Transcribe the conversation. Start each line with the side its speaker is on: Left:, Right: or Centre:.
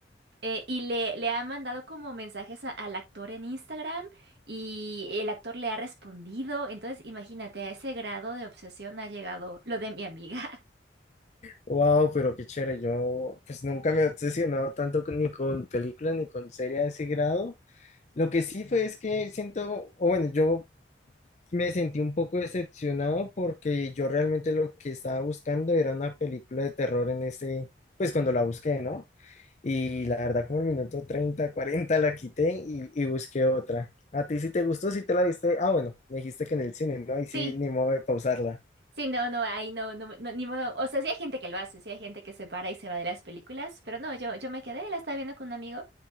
Right: Eh, y le, le ha mandado como mensajes a- al actor en Instagram y el actor le ha respondido. Entonces, imagínate, a ese grado de obsesión ha llegado lo de mi amiga.
Left: Wow, pero qué chévere. Yo pues nunca me he obsesionado tanto con- ni con películas ni con series a ese grado. Lo que sí fue es que siento, o bueno, yo me sentí un poco decepcionado porque yo realmente lo que estaba buscando era una película de terror en ese, pues cuando la busqué, ¿no? Y la verdad como el minuto 30 40 la quité y, y busqué otra. ¿A ti sí te gustó? ¿Sí te la viste? Ah, bueno, me dijiste que en el cine, ¿no? Y sí,
Right: <laughs>
Left: ni
Right: Sí,
Left: modo de pausarla.
Right: Sí, no, no, ahí no, no, no, ni modo. O sea, sí hay gente que lo hace, sí hay gente que se para y se va de las películas, pero no, yo, yo me quedé, la estaba viendo con un amigo.